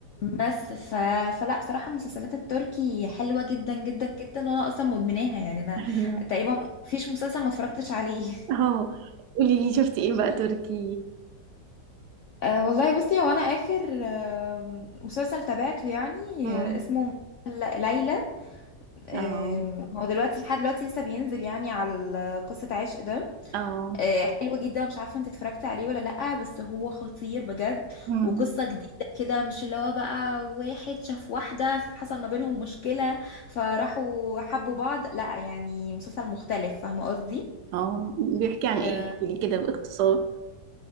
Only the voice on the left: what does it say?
بس ف... فلا بصراحة المسلسلات التركي حلوة جدا جدا جدا وانا اصلا مدمناها يعني انا
تقريبا مفيش مسلسل ما اتفرجتش عليه <laughs>
أه والله بصي هو انا اخر آم، مسلسل تابعته يعني
آه، اسمه ل- ليلى آم،
هو دلوقتي لحد دلوقتي لسه بينزل يعني على ال- قصة عشق ده
آه، حلو جدا مش عارفه انت اتفرجتي عليه ولا لأ بس هو خطير بجد
وقصه جديده كده مش اللي هو بقى واحد شاف واحده حصل ما بينهم مشكله فراحوا حبوا بعض لأ يعني مسلسل مختلف فاهمه قصدي
آه،